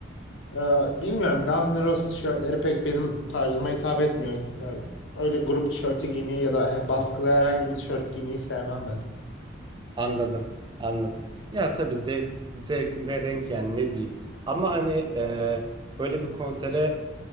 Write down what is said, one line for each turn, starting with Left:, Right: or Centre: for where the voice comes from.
Left: e, bilmiyorum Guns N' Roses tişörtleri pek benim tarzıma hitap etmiyor. Yani öyle grup tişörtü giymeyi ya da baskılı herhangi bir tişört giymeyi sevmem ben.
Right: Anladım, anladım. Ya tabii zevk, zevk ve renk yani ne diyeyim. Ama hani e, böyle bir konsere